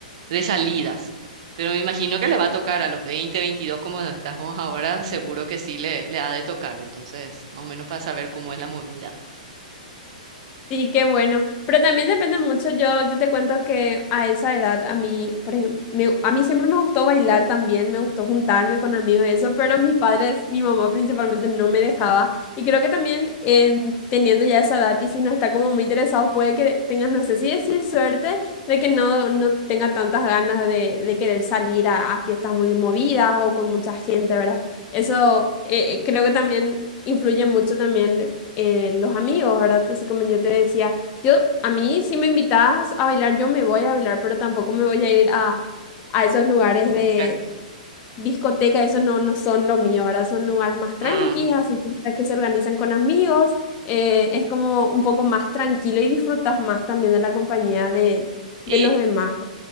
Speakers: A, on the right; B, on the left.
A: de salidas. Pero me imagino que le va a tocar a los 20 22 como estamos ahora, seguro que sí le, le ha de tocar. Entonces, más o menos para saber cómo es la movida.
B: Sí, qué bueno. Pero también depende mucho. Yo, yo te cuento que a esa edad, a mí, por ejemplo, a mí siempre me gustó bailar también, me gustó juntarme con amigos y eso, pero mis padres, mi mamá principalmente no me dejaba. Y creo que también en- teniendo ya esa edad y si no está como muy interesado, puede que tengas, no sé si decir suerte, de que no, no tenga tantas ganas de, de querer salir a, a fiestas muy movidas o con mucha gente, ¿verdad? Eso eh, eh, creo que también influye mucho también eh, los amigos, ¿verdad? Así como yo te decía, yo a mí si me invitas a bailar, yo me voy a bailar, pero tampoco me voy a ir a, a esos lugares de
A: a buscar.
B: discoteca, eso no, no son lo mío, ¿verdad? Son lugares más tranquilos,
A: Ah,
B: así fiestas que se organizan con amigos, eh, es como un poco más tranquilo y disfrutas más también de la compañía de, de
A: y
B: los demás.